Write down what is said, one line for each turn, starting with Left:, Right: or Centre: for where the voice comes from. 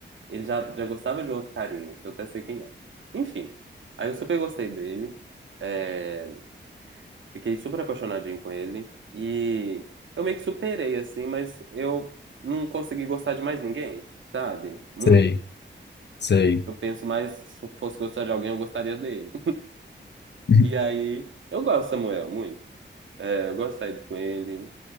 Right: ele já, já gostava de outro carinho, que eu até sei quem é. Enfim, aí eu super gostei dele. é, Fiquei super apaixonadinho com ele. E eu meio que superei, assim, mas eu não consegui gostar de mais ninguém, sabe? Muito.
Left: Sei, sei.
Right: Eu penso mais, se eu fosse gostar de alguém, eu gostaria dele.
Left: <laughs>
Right: E aí, eu gosto do Samuel, muito. É, Eu gosto de sair com ele.